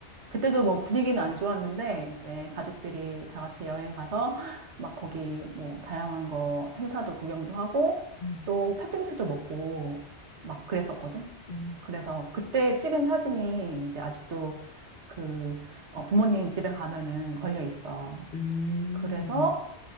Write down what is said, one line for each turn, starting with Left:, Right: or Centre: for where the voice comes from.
Right: 그때도 뭐 분위기는 안 좋았는데 이제 가족들이 다 같이 여행 가서 막 거기 뭐 다양한 거 행사도 구경도 하고
Left: 음,
Right: 또 팥빙수도 먹고 막 그랬었거든.
Left: 음.
Right: 그래서 그때 찍은 사진이 이제 아직도 그 어, 부모님 집에 가면은 걸려 있어.
Left: 음.
Right: 그래서